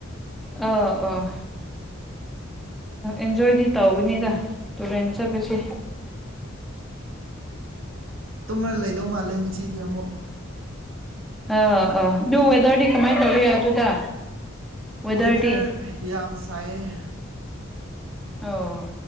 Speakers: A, in the centre; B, on the right.
A: ꯑꯣ ꯑꯣ ꯑꯦꯟꯖꯣꯏꯗꯤ ꯇꯧꯒꯅꯤꯗ ꯇꯨꯔꯦꯟ ꯆꯠꯄꯁꯦ
B: ꯇꯨꯝꯔ ꯂꯩꯗꯧ ꯃꯥꯜꯂꯦ ꯉꯁꯤꯗꯤ ꯑꯃꯨꯛ
A: ꯑꯎ ꯑꯎ ꯑꯗꯨ ꯋꯦꯗꯔꯗꯤ ꯀꯃꯥꯏꯅ ꯇꯧꯔꯤ ꯑꯗꯨꯗ ꯋꯦꯗꯔꯗꯤ
B: ꯋꯦꯗꯔ ꯌꯥꯝ ꯁꯥꯏꯌꯦ
A: ꯑꯣ